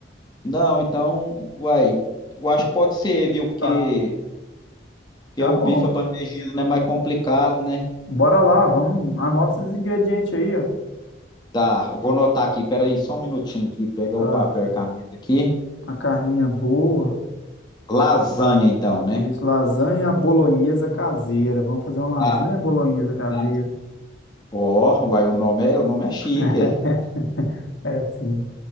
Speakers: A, on the left (about 20°); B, on the left (about 80°).
A: Não, então, uai, eu acho que pode ser, viu? Porque,
B: Tá,
A: porque
B: tá
A: o
B: bom.
A: bife à parmegiana é mais complicado, né?
B: Bora lá, vamos. Anota esses ingredientes aí, ó.
A: Tá, eu vou anotar aqui, peraí, só um minutinho aqui, pegar
B: Tá,
A: o papel e caneta aqui.
B: Uma carninha boa.
A: Lasanha, então, né?
B: Isso, lasanha bolonhesa caseira. Vamos fazer uma
A: Tá,
B: lasanha bolonhesa caseira.
A: tá. Ó, uai, o nome é, o nome é chique.
B: <laughs>
A: aí.
B: É, sim.